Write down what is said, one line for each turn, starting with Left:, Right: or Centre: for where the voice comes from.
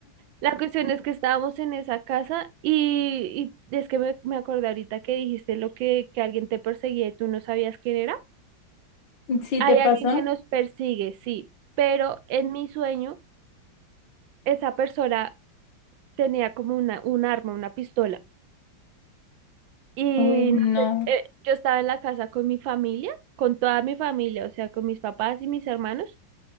Right: La cuestión es que estábamos en esa casa y, y es que me, me acordé ahorita que dijiste lo que, que alguien te perseguía y tú no sabías quién era.
Left: ¿Sí
Right: Hay
Left: te pasó?
Right: alguien que nos persigue, sí, pero en mi sueño esa persona tenía como una, un arma, una pistola. Y
Left: Uy, no.
Right: no sé, eh, yo estaba en la casa con mi familia, con toda mi familia, o sea, con mis papás y mis hermanos,